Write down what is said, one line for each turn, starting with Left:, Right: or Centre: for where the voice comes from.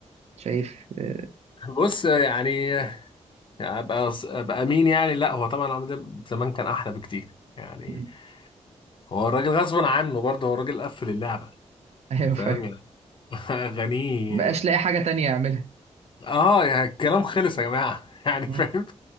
Right: شايف آه،
Left: بص يعني ابقى ابقى مين يعني لا هو طبعا عمرو دياب زمان كان احلى بكتير يعني
Right: <laughs>
Left: هو الراجل غصب عنه برضه هو الراجل قفل اللعبه
Right: ايوه فاهم
Left: فاهم يعني <laughs> اغانيه
Right: مبقاش لاقي حاجه تانية يعملها
Left: اه يعني الكلام خلص يا جماعه <laughs> يعني
Right: مم.
Left: فاهم